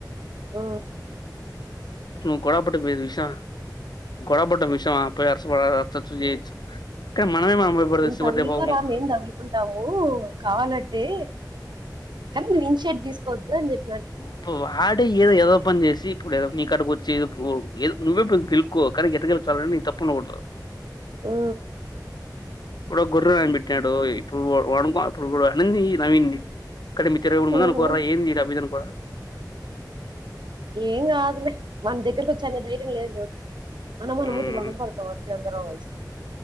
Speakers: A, on the right; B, on the left.
A: ఆ
B: నువ్వు గొడవ పడ్డ ఈ విష గొడబడ్డ విషయమ్ ఆపేయ్ అసలు వాడు టచ్ చేయొచ్చు కానీ మనమే మనం పోయి పడితే
A: నువ్వు
B: చివరి
A: తగులుకోరా
B: దెబ్బ
A: మేం తగులుకుంటాం కావాలంటే కానీ నింషార్ట్ తీసుకోవద్దు అని చెప్పి
B: అబ్బో వాడే ఏదో వెదవ పని చేసి ఇప్పుడు ఏదో నీకాడికి ఓచ్ చెప్పు ఏదో నువ్వే పెద్ద గెలుకో కానీ ఎట్ట గెలుకుతావో ని తప్పు ఉండగూడదు
A: ఊ
B: ఇప్పుడు గొడవ ఏం పెట్టాడు ఇప్పుడు వాడు <unintelligible> కానీ మీ తిరుగుడు మంది
A: ఉహు
B: అనుకోరా ఏంది <unintelligible>
A: ఎన్ గాదులే వానికి దగరికొచ్చే అంత దైర్యం లేదులే వాద్ మనము వాని
B: మ్మ్
A: మూతి పగలగొడతాం వచ్చి అందరం కలిసి